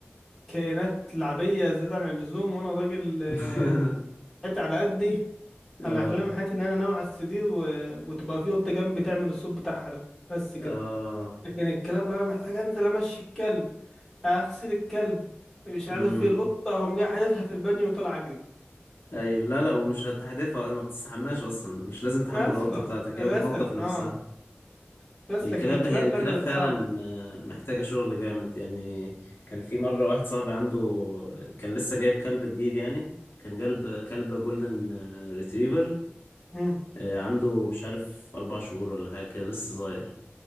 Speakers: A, in the centre; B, on the left (about 60°).
A: كائنات لعبيه زياده عن اللزوم وانا راجل آه،
B: <laughs>
A: حياتي على قدي
B: اه
A: انا احلام حياتي ان انا انام على السرير و... وتبقى في قطه جنبي تعمل الصوت بتاعها ده بس كده
B: اه
A: لكن الكلاب بقى محتاج انزل امشي الكلب اغسل الكلب مش
B: امم
A: عارف ايه القطه هم جاي حادفها في البانيو وطلع اجري
B: ايوه لا لا ومش هتحدفها ما بتستحماش اصلا مش لازم تحمل
A: مثلا
B: القطه بتاعتك
A: مثلا
B: هي بتنظف نفسها
A: اه بس
B: الكلاب
A: لكن الكلاب
B: هي الكلاب
A: لا لا لا
B: فعلا
A: صعبة
B: آه، محتاجة شغل جامد يعني كان في مرة واحد صاحبي عنده كان لسه جايب كلب جديد يعني كان جلب كلب جولدن ريتريفر
A: مم.
B: عنده مش عارف أربع شهور ولا حاجة كده لسه صغير